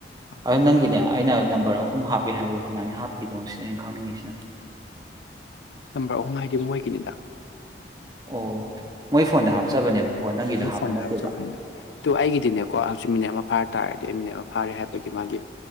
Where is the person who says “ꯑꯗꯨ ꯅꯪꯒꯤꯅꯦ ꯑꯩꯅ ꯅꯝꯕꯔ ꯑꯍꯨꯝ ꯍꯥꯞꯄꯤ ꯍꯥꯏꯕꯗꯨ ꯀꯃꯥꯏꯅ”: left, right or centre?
Right